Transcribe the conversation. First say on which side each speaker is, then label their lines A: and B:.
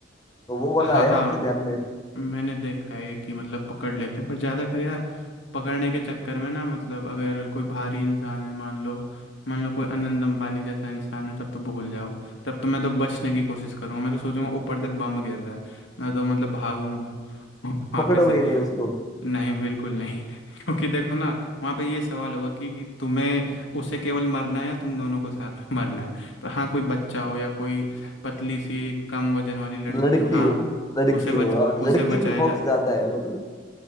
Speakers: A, on the left; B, on the left.
A: तो वो वाला
B: हाँ
A: है
B: हाँ
A: आपके ध्यान में
B: म- मैंने देखा है कि मतलब पकड़ लेते हैं पर ज़्यादा कर यार पकड़ने के चक्कर में ना मतलब अगर कोई भारी इंसान है मान लो मान लो कोई अनंत अंबानी जैसा इंसान है तब तो भूल जाओ तब तो मैं तो बचने की कोशिश करूंगा मैं तो सोचूंगा ऊपर से बम गिर रहा है मैं तो मतलब भागूंगा <laughs> वहाँ
A: पकड़ोगे
B: पे से
A: ही नहीं उसको
B: नहीं बिल्कुल नहीं <laughs> क्योंकि देखो ना वहाँ पे ये सवाल होगा कि, कि तुम्हें उसे केवल मरना है या तुम दोनों को साथ <laughs> में मरना है तो हाँ कोई बच्चा हो या कोई पतली सी कम वजन वाली लड़की
A: लड़की
B: हो हाँ
A: हो लड़की
B: उसे
A: हो
B: बच
A: हाँ,
B: उसे
A: लड़की
B: बचाया
A: पे फोकस
B: जा
A: ज्यादा है मतलब